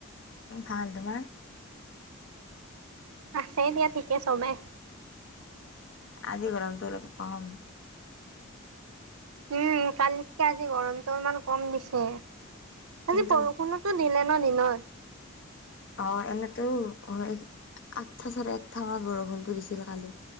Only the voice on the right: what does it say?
আছে দিয়া ঠিকে চবে
উম কালিতকে আজি গৰমতটো ইমান কম দিছে
আজি বৰষুণত নিলে ন নি নয়